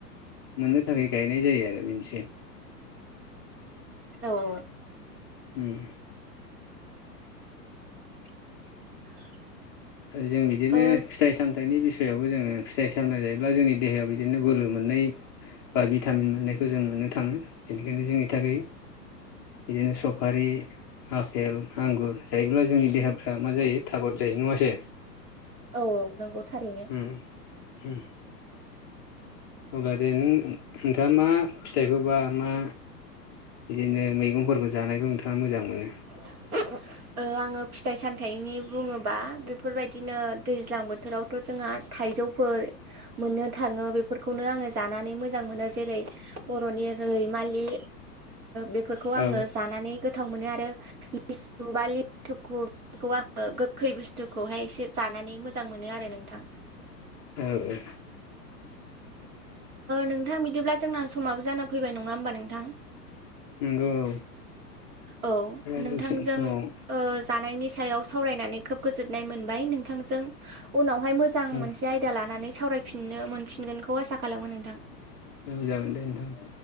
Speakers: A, on the left; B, on the right.
A: मोननो थाखाय गायनाय जायो आरो बेनोसै
B: औ औ
A: उम
B: <inaudible>
A: आरो जों बिदिनो
B: औ ओ औ
A: फिथाइ सामथाइनि बि यावबो जोङो फिथाइ सामथाय जायोब्ला जोंनि देहायाव बिदिनो बोलो मोननाय बा भिटामिन मोननायखौ जों मोननो थाङो बेनिखायनो जोंनि थाखाय बिदिनो सफारि आफेल आंगुर जायोब्ला जोंनि देहाफ्रा मा जायो थागद जायो नङासै
B: औ औ नंगौ थारैनो
A: उम उम अब्ला दे नों नोंथाङा मा फिथाइखौबा मा बिदिनो मैगंफोरबो जानायखौ नोंथाङा मोजां मोनो
B: <inaudible> आङो फिथाइ सामथाइनि बुङोबा बेफोरबायदिनो दैज्लां बोथोराव थ' जोंहा थाइजौफोर मोननो थाङो बेफोरखौनो आङो जानानै मोजां मोनो जेरै बर'नि रैमालि बेफोरखौ आङो
A: औ
B: जानानै गोथाव मोनो आरो लिसु बा लिथुखु खौ आङो गोखै बुस्थुखौहाय एसे जानानै मोजां मोनो आरो नोंथां
A: औ औ
B: नोंथां बिदिब्ला जोंना समाबो जाना फैबाय नङा होमबा नोंथां
A: नंगौ
B: औ
A: दसे
B: नोंथांजों
A: समाव
B: जानायनि सायाव सावरायनानै खोब गोजोननाय मोनबाय नोंथांजों उनावहाय मोजां मोजां
A: औ
B: मोनसे आयदा लानानै सावरायफिननो मोनफिनगोनखौ आसा खालामो नोंथां
A: औ जागोन दे नोंथां